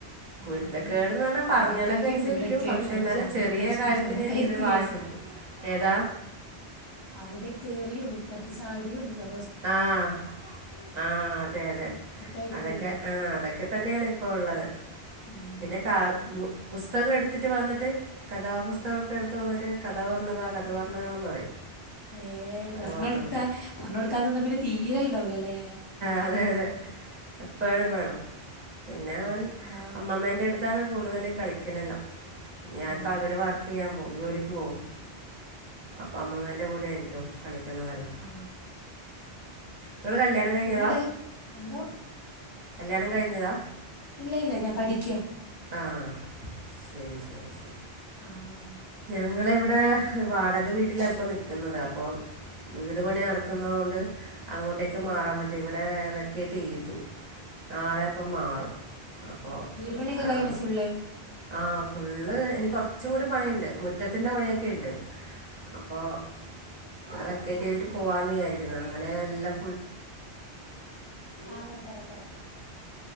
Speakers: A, on the left; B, on the right.
A: ഉം
B: കുരുത്ത കേട്ന്ന് പറഞ്ഞാ പറഞ്ഞാലൊക്കെ
A: അവിടെ കയറിയും
B: അനുസരിക്കും
A: ഇവിടെ കയറിയും
B: പക്ഷെ
A: ഓരോ
B: എന്നാല്
A: സാധനങ്ങൾ
B: ചെറിയ
A: നശിപ്പിച്ചു
B: കാര്യത്തിന്
A: അതൊക്കെ ആയിരിക്കൂലേ
B: ഒരു വാശി പിടിക്കും. ഏതാ
A: അവിടെ കേറിയും ഇപ്പർത് ചാടിയും ഉംണ്ടാ
B: ആഹ് ആഹ് അതെ അതെ
A: ഇതൊക്കെ ആയിരിക്കൂലേ
B: അതൊക്കെ ആഹ് അതൊക്കെ തന്നെയാണ് ഇപ്പൊള്ളത്
A: ഉം
B: പിന്നെ കാ ബു പുസ്തകം എടുത്തിട്ട് വന്നിട്ട് കഥാപുസ്തകൊക്കെ എടുത്ത് വന്നിട്ട് കഥ പർണ്താ കഥ പർണ്താ എന്ന് പറയും.
A: ഏഹ്
B: കഥ
A: പർണോടുത്ത
B: പറഞ്ഞു കൊടുക്കാൻ
A: പർണോടുക്കാതിന്ന പിന്നെ തീരെ ഉണ്ടാവൂലല്ലേ
B: അതെ അതെ എപ്പഴും വേണം. പിന്നെ അവൻ
A: ആ
B: അമ്മമ്മേന്റെ എടുത്താണ് കൂടുതല് കളിക്കലെല്ലം.
A: ഓ
B: ഞാൻ പകല് വർക്കെയ്യാൻ പോം ജോലിക്ക് പോവും. അപ്പ അമ്മമെന്റെ കൂടെ ആരിക്കും കളിക്കുന്നതെല്ലാം
A: ആ
B: ഇങ്ങള് കല്യാണം കഴിഞ്ഞതാ.?
A: പിന്നെന്തൊക്കെ എന്തോ
B: കല്യാണം കഴിഞ്ഞതാ.?
A: ഇല്ല ഇല്ല ഞാൻ പഠിക്ക്യ.
B: ആ ശരി ശരി ശരി.
A: ആഹ്
B: ഞങ്ങളിവിടെ വാടക വീട്ടിലാപ്പൊ നിക്ക്‌ന്നത് അപ്പൊ. വീട് പണി നടക്കുന്നോണ്ട് അങ്ങോട്ടേക്ക്
A: ഓ
B: മാറാൻ പറ്റി ഇവിടെ വെക്കേറ്റ് യ്തു. നാളെപ്പം മാറും. അപ്പോൾ
A: വീട് പണിഒക്കെ
B: ആ
A: കഴിഞ്ഞോ ഫുള്ള്.?
B: ആ ഫുള്ള് ഇനി കുറച്ചുടി പണിയ്ണ്ട് മുറ്റത്തിൻ്റെ പണിയൊക്കെയിണ്ട് അപ്പോ. വ്ടെ വെക്കേറ്റ് എഴ്തിട്ട് പോവാന്ന് വിചാരിക്ക്‌ന്ന് അങ്ങനെ എല്ലം
A: ആഞാ തെര തെര